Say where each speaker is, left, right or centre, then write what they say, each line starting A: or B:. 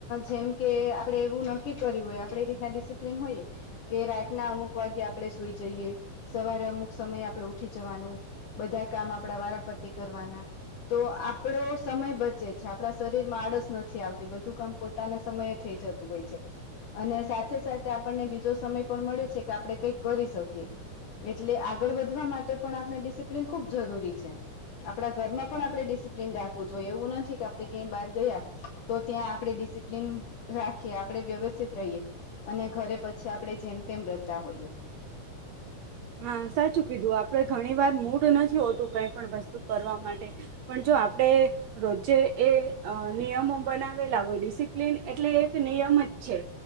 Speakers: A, on the left (about 65°); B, on the right (about 70°).
A: જેમ કે આપડે એવું નક્કી કર્યું હોય આપડે એ રીતના ડિસિપ્લીન હોઈએ કે રાતના અમુક વાગે આપણે સુઈ જઈએ સવારે અમુક સમયે આપડે ઉઠી જવાનું બધા કામ આપડા વારાફરતી કરવાના તો આપડો સમય બચે છે આપણા શરીર માં આળસ નથી આવતી બધું કામ પોતાના સમયે થઈ જતું હોય છે. અને સાથે સાથે આપણને બીજો સમય પણ મળે છે કે આપણે કંઈક કરી શકીએ. એટલે આગળ વધવા માટે પણ આપણે ડિસિપ્લીિન ખુબ જરૂરી છે. આપણા ઘરમાં પણ આપણે ડિસિપ્લીિન રાખવું જોઈએ એવું નથી કે આપણે ક્યાંય બહાર ગયા તો ત્યાં આપણે ડિસિપ્લન રાખીએ આપણે વ્યવસ્થિત રહીએ. અને ઘરે પછી આપણેે જેમ તેમ રહેતા હોઈએ.
B: હા સાચું કીધું આપડે ઘણી વાર મૂડ નથી હોતું કઈ પણ વસ્તુ કરવા માટે પણ જો આપડે રોજે એ અ નિયમો બનાવેલા હોય ડિસિપ્લિન એટલે એક નિયમ જ છે.